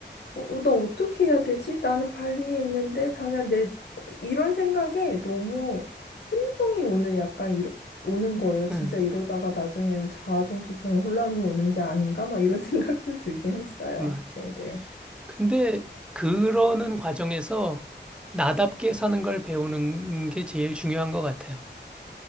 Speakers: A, on the left; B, in the centre.
A: 어, 어, 나 어떻게 해야 되지? 나는 발리에 있는데 당장 내 이런 생각에 너무 혼동이 오는 약간 이러, 오는 거예요. 진짜
B: 응,
A: 이러다가 나중에는 자아 정체성에 혼란이 오는 게 아닌가? 막 이런 <laughs> 생각도 들긴 했어요.
B: 맞아.
A: 네네.
B: 근데 그러는 과정에서 나답게 사는 걸 배우는 게 제일 중요한 것 같아요.